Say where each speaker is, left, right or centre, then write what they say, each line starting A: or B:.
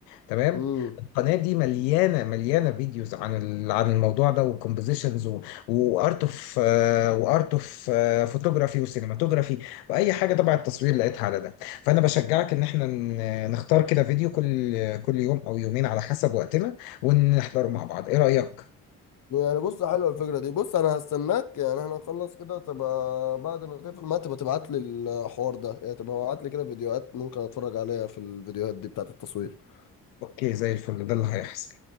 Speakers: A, on the left; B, on the left.
A: تمام
B: لا؟
A: القناه دي مليانه مليانه فيديوز عن ال- عن الموضوع ده وكومبوزيشنز وارت اوف وارت اوف فوتوغرافي وسينماتوجرافي واي حاجه تبع التصوير لقيتها على ده فانا بشجعك ان احنا ن- نختار كده فيديو كل كل يوم او يومين على حسب وقتنا ونحضره مع بعض ايه رايك
B: يعني بص حلوه الفكره دي بص انا هستناك يعني احنا نخلص كده تبقى بعد ما تقفل ما تبقى تبعت لي الحوار ده يعني تبقى تبعت لي كده فيديوهات ممكن اتفرج عليها في الفيديوهات دي بتاعت التصوير
A: اوكي زي الفل ده اللي هيحصل